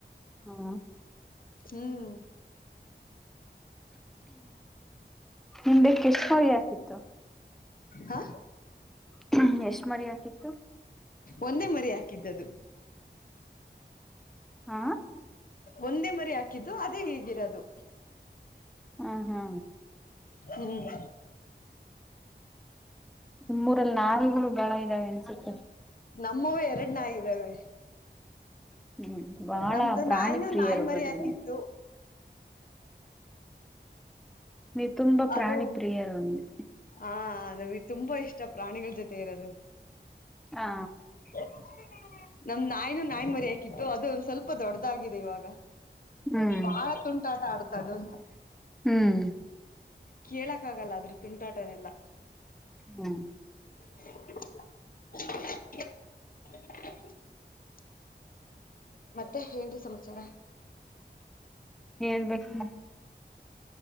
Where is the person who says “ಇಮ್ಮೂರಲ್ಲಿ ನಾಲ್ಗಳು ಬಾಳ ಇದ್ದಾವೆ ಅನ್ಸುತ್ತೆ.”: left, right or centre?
Centre